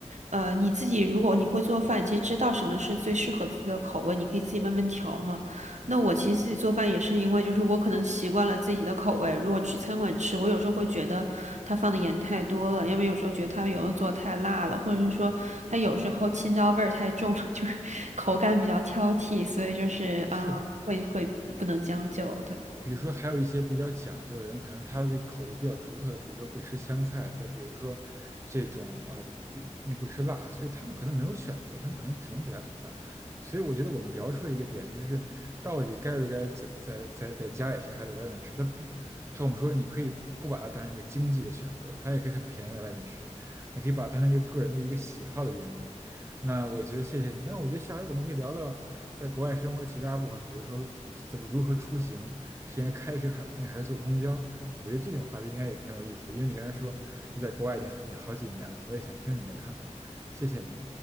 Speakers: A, on the right (about 75°); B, on the right (about 20°).
A: 呃，你自己如果你会做饭，其实知道什么是最适合自己的口味，你可以自己慢慢调嘛。那我其实自己做饭也是因为，就是我可能习惯了自己的口味，如果去餐馆吃，我有时候会觉得他放的盐太多了，因为有时候觉得他有的做太辣了，或者是说他有时候青椒味儿太重了，<laughs> 就是口感比较挑剔，所以就是啊，
B: 是的，
A: 会会不能将就，对。
B: 比如说，还有一些比较讲究的人，可能他的口味比较独特，比如说不吃香菜，再比如说这种呃，比你不吃辣，所以他们可能没有选择，他们可能只能在家做饭。所以我觉得我们聊出了一个点，就是到底该不该在在在在家里吃，还是在外面吃？他不，他我们说你可以不把它当成一个经济的选择，它也可以很便宜在外面吃，你可以把它当成一个个人的一个喜好的原因。那我觉得谢谢你，那我觉得下回我们可以聊聊在国外生活其他部分，比如说怎么如何出行，是应该开车还那还是坐公交？我觉得这种话题应该也挺有意思的，因为你刚才说你在国外已经已经好几年了，我也想听听你的看法，谢谢你。